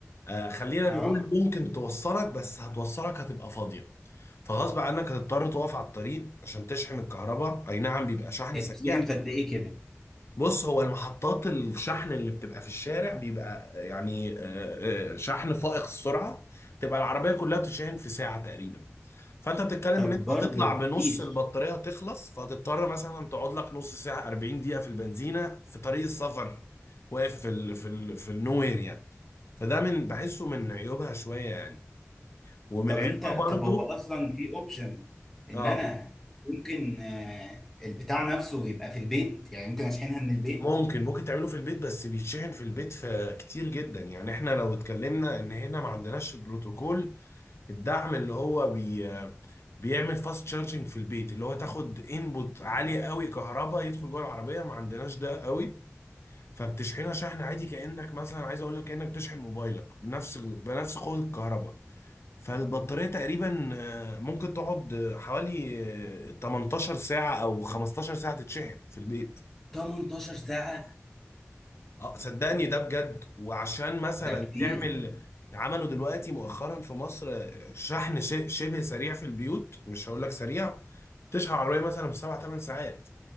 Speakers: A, on the left; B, in the centre.
A: آه، خلينا
B: اه
A: نقول ممكن توصلك بس هتوصلك هتبقى فاضيه فغصب عنك هتضطر تقف على الطريق عشان تشحن الكهرباء اي نعم بيبقى شحن
B: بتتكلم
A: سريع
B: في قد ايه كده
A: بص هو المحطات الشحن اللي بتبقى في الشارع بيبقى يعني آه، آه، شحن فائق السرعة تبقى العربية كلها تشحن في ساعة تقريبا فانت بتتكلم
B: طب
A: ان انت
B: برضه
A: هتطلع بنص
B: كتير
A: البطارية تخلص فهتضطر مثلا تقعد لك نص ساعة 40 دقيقة في البنزينة في طريق السفر واقف في ال في ال في النوير يعني فده من بحسه من
B: طب
A: عيوبها شوية يعني ومن
B: طب
A: عيوبها
B: انت
A: برضو
B: طب هو اصلا في اوبشن ان
A: اه
B: انا ممكن آه، البتاع نفسه يبقى في البيت يعني ممكن اشحنها من البيت
A: ممكن ممكن تعمله في البيت بس بيتشحن في البيت في كتير جدا يعني احنا لو اتكلمنا ان هنا ما عندناش بروتوكول الدعم اللي هو بي بيعمل فاست تشارجنج في البيت اللي هو تاخد انبوت عالية قوي كهرباء يدخل جوه العربية ما عندناش ده قوي فبتشحنها شحن عادي كأنك مثلا عايز اقول لك كأنك بتشحن موبايلك بنفس بنفس قوة الكهرباء فالبطارية تقريبا آه، ممكن تقعد آه، حوالي آه، 18 ساعة او 15 ساعة تتشحن في البيت
B: 18 ساعة
A: اه صدقني ده بجد وعشان مثلا
B: ده كتير
A: تعمل عملوا دلوقتي مؤخرا في مصر شحن ش- شبه سريع في البيوت مش هقول لك سريع تشحن عربيه مثلا في سبع ثمان ساعات